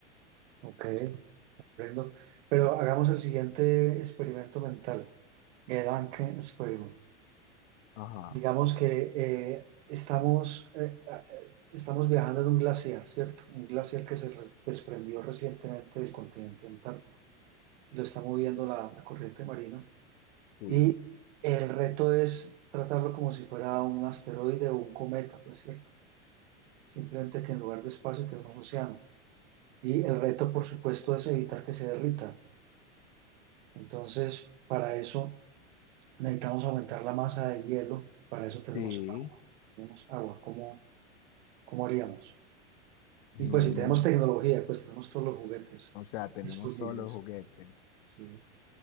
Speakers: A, on the right; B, on the left.
A: ok, comprendo. Pero hagamos el siguiente experimento mental, el Anke Experiment.
B: Ajá,
A: Digamos que eh, estamos, eh, eh, estamos viajando en un glaciar, ¿cierto? Un glaciar que se res- desprendió recientemente del continente antártico y lo está moviendo la, la corriente marina.
B: sí,
A: Y el reto es tratarlo como si fuera un asteroide o un cometa, pues, ¿cierto? Simplemente que en lugar de espacio tenemos océano. Y el reto, por supuesto, es evitar que se derrita. Entonces, para eso necesitamos aumentar la masa de hielo. Para eso tenemos
B: sí.
A: agua. Tenemos agua. ¿Cómo, cómo haríamos?
B: mm,
A: Y pues si tenemos tecnología, pues tenemos todos los juguetes
B: o sea, tenemos
A: disponibles.
B: todos los juguetes.
A: Sí.